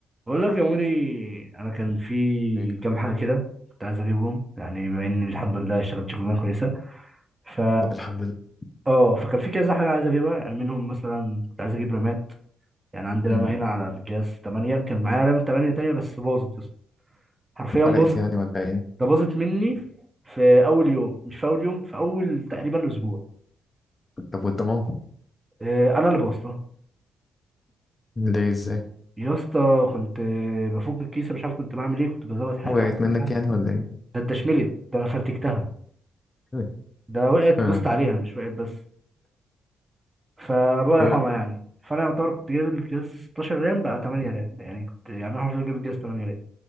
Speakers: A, on the right; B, on the left.
A: بقول لك يا عمري انا كان في
B: إيه.
A: كام حاجه كده كنت عايز اجيبهم يعني بما اني الحمد لله اشتغلت شغلانه كويسه ف
B: طب الحمد لله
A: اه فكان في كذا حاجه عايز اجيبها يعني منهم مثلا كنت عايز اجيب رامات يعني عندي رامه
B: مم.
A: هنا على الجهاز 8 كان معايا رام 8 تانية بس باظت يا اسطى. حرفيا
B: اتحرقت
A: باظت
B: يعني ولا ايه
A: ده باظت مني في اول يوم مش في اول يوم في اول تقريبا اسبوع
B: طب والضمان
A: آه، انا اللي بوظتها
B: ليه ازاي
A: يا اسطى كنت آه، بفك الكيسه مش عارف كنت بعمل ايه كنت بزود حاجه
B: وقعت
A: او بقى.
B: منك يعني ولا ايه
A: ده اتدشملت ده انا فرتكتها
B: <laughs>
A: ده وقعت
B: اه
A: ودوست عليها مش وقعت بس فالله يرحمها
B: اه
A: يعني فانا يعتبر كنت جايب الجهاز 16 رام بقى 8 رام يعني كنت يعني انا حرفيا جايب الجهاز 8 رام